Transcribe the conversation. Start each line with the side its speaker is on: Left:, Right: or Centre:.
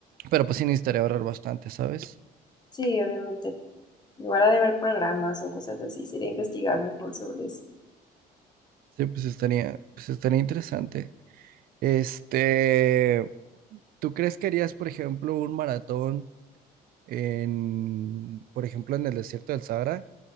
Right: pero pues sí necesitaría ahorrar bastante, ¿sabes?
Left: sí, obviamente, igual lugar de ver programas o cosas así, sería investigar mejor sobre eso.
Right: Sí, pues estaría, pues estaría interesante. Este, ¿tú crees que harías, por ejemplo, un maratón en, por ejemplo, en el desierto del Sahara?